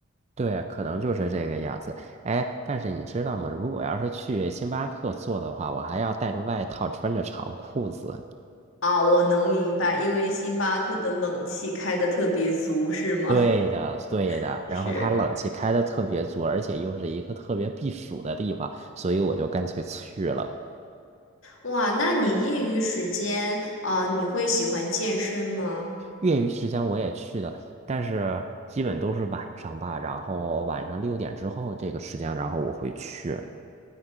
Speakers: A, on the right; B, on the left.
A: 对，可能就是这个样子。哎，但是你知道吗？如果要是去星巴克做的话，我还要带着外套，穿着长裤子。
B: 啊，我能明白，因为星巴克的冷气开的特别足，是吗？
A: 对的，对的。
B: <laughs> 是，
A: 然后它冷气开的特别足，而且又是一个特别避暑的地方，所以我就干脆去了。
B: 哇，那你业余时间啊，你会喜欢健身吗？
A: 业余时间我也去的，但是基本都是晚上吧，然后晚上六点之后这个时间，然后我会去。